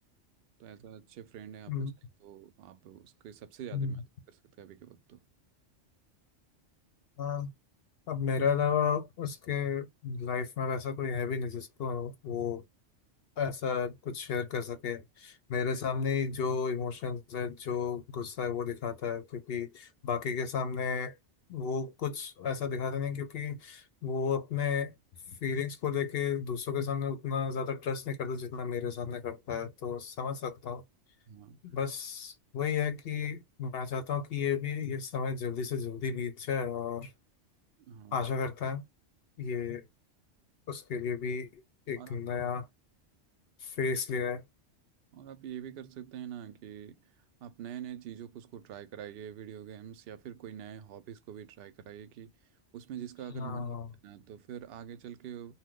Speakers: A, on the right (about 60°); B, on the left (about 60°).
A: तो एज अ अच्छे फ्रेंड हैं आप
B: हम्म,
A: उसके तो आप उसके सबसे ज़्यादा
B: हम्म,
A: मदद कर सकते हैं अभी के वक्त तो
B: हाँ अब मेरे अलावा उसके लाइफ में वैसा कोई है भी नहीं जिसको वो ऐसा कुछ शेयर कर सके मेरे सामने ही जो इमोशंस है जो गुस्सा है वो दिखाता है क्योंकि बाकी के सामने वो कुछ ऐसा दिखाता नहीं क्योंकि वो अपने फीलिंग्स को लेके दूसरों के सामने उतना ज़्यादा ट्रस्ट नहीं करता जितना मेरे सामने करता है तो समझ सकता हूँ
A: हाँ
B: बस वही है कि मैं चाहता हूँ कि ये भी ये समय जल्दी से जल्दी बीत जाए और
A: हाँ
B: आशा करता है ये उसके लिए भी एक
A: और आप
B: नया फेस ले आए
A: और आप ये भी कर सकते हैं ना कि आप नए नए चीज़ों को उसको ट्राई कराइए वीडियो गेम्स या फिर कोई नए हॉबीज़ को भी ट्राई कराइए कि उसमें जिसका
B: हाँ
A: अगर मन लगता है ना तो फिर आगे चल के